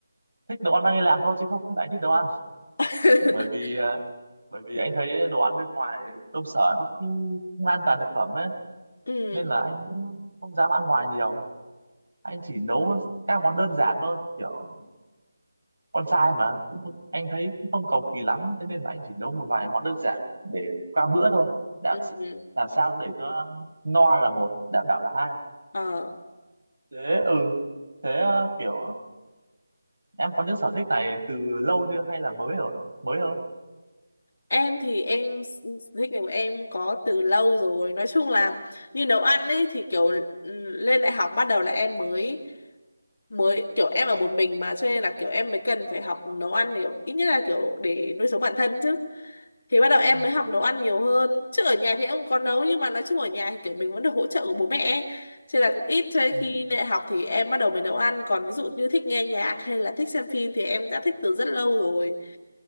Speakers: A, on the right (about 65°); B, on the left (about 40°).
A: thích nấu ăn mang đi làm thôi chứ không phải là anh thích nấu ăn
B: <laughs>
A: bởi vì uh, bởi vì anh thấy đồ ăn bên ngoài công sở nó không, không an toàn thực phẩm ấy
B: ừ.
A: nên là anh cũng không dám ăn ngoài nhiều anh chỉ nấu các món đơn giản thôi kiểu con trai mà cũng không- anh thấy cũng không cầu kỳ lắm thế nên là anh chỉ nấu một vài món đơn giản để qua bữa thôi làm
B: Ừ.
A: s- làm sao để cho no là một đảm bảo là hai
B: Ờ.
A: thế ừ thế ờ, kiểu em có những sở thích này từ lâu chưa hay là mới rồi mới thôi
B: Em thì em s- thích của em có từ lâu rồi. Nói chung là như nấu ăn ấy thì kiểu ừ, lên đại học bắt đầu là em mới mới kiểu em ở một mình mà cho nên là kiểu em mới cần phải học nấu ăn để ít nhất là kiểu để nuôi sống bản thân chứ. Thì bắt đầu em
A: ừ
B: mới học nấu ăn nhiều hơn. Chứ ở nhà thì em cũng có nấu nhưng mà nói chung ở nhà thì kiểu mình vẫn được hỗ trợ của bố mẹ ấy. Cho nên là cũng ít cho nên
A: ừ
B: khi đại học thì em bắt đầu mới nấu ăn còn ví dụ như thích nghe nhạc hay là thích xem phim thì em đã thích từ rất lâu rồi